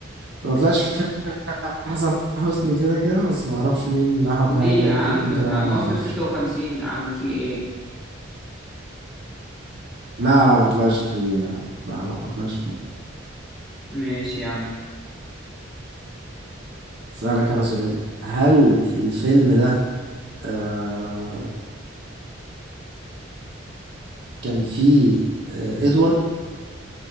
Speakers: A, on the right; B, in the centre.
A: ما طلعش في حسن حسني كده كده بس ما اعرفش مين احمد
B: ليه
A: ماهر ده
B: يا
A: ممكن
B: عم
A: يكون طلع
B: بتاع
A: وانا
B: ناصر
A: ما اعرفش
B: 56 يا عم في ايه
A: لا لا ما طلعش فيه لا لا لا، ما طلعش فيه
B: ماشي يا عم
A: أسألك أنا سؤال هل الفيلم ده آه كان فيه آه إدوارد